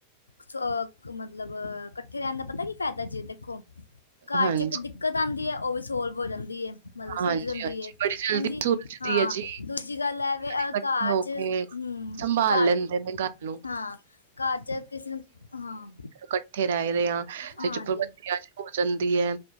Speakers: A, on the left; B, on the right.
A: ਸੋ ਮਤਲਬ ਕੱਠੇ ਰੈਂਣ ਦਾ ਪਤਾ ਕੀ ਫੈਦਾ ਜੇ, 'ਦੇਖੋ ਘਰ
B: ਹਾਂਜੀ
A: ਚ ਇੱਕ ਦਿੱਕਤ ਆਂਦੀ ਹਏ, ਓਵੀ ਸੋਲਵ ਹੋ ਜਾਂਦੀਏ। ਮਤਲਬ
B: ਹਾਂਜੀ
A: ਸੁਲਝ ਜਾਂਦੀ
B: ਹਾਂਜੀ
A: ਏ,
B: ਬੜੀ ਜਲਦੀ
A: ਹਾਂਜੀ
B: ਸੁਲਝਦੀ
A: ਹਾਂ
B: ਹੈ ਜੀ
A: ਦੂਜੀ ਗੱਲ ਐ ਵੈ
B: ਇਕੱਠੇ
A: ਆ ਘਰ
B: ਹੋ
A: 'ਚ
B: ਕੇ
A: ਹੂੰ,
B: ਸੰਭਾਲ
A: ਘਰ
B: ਲੈਂਦੇ ਨੇ ਗੱਲ ਨੂੰ
A: ਹਾਂ, ਘਰ ਚ ਕਿਸੇ ਨੂੰ ਹਾਂ
B: ਕੱਠੇ ਰੈਰੇਆਂ,
A: ਹਾਂਜੀ
B: ਪਾਬੰਦੀ ਹੋ ਜਾਂਦੀ ਐ